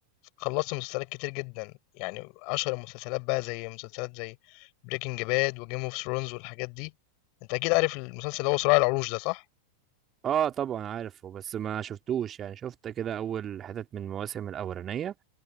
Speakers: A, on the left; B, on the right.
A: خلصت مسلسلات كتير جدا يعني اشهر المسلسلات بقى زي مسلسلات زي بريكنج باد وجيم اوف ثرونز والحاجات دي انت اكيد عارف المسلسل اللي هو صراع العروش ده صح
B: اه طبعا عارفه بس ما شفتوش يعني شفت كده اول حتت من المواسم الاولانيه